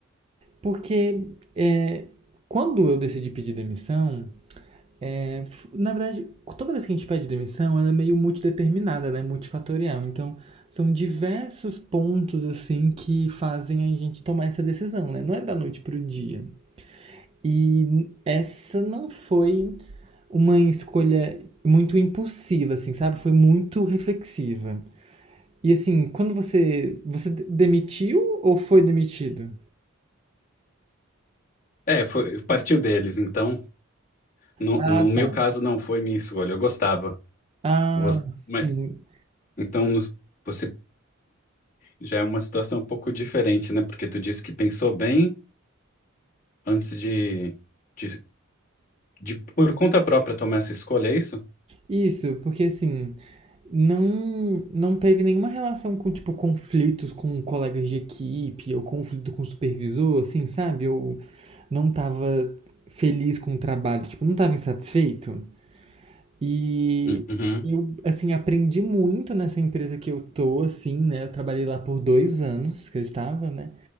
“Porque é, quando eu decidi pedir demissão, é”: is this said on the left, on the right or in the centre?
Right